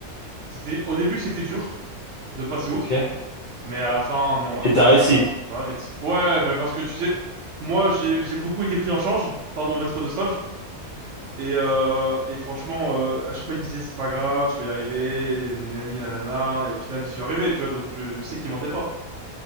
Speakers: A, on the right; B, on the left.
A: c'était au début c'était dur de passer
B: Ok.
A: outre, mais à la fin non, à la
B: Et
A: fin
B: t'as réussi.
A: ça ça va vite. Ouais, bah parce que tu sais, moi j'ai j'ai beaucoup été pris en charge par mon maître de stage et euh, et franchement euh, à chaque fois il me disait c'est pas grave, tu vas y arriver, nanani nanana et au final j'y suis arrivé, tu vois, donc je je sais qu'il mentait pas.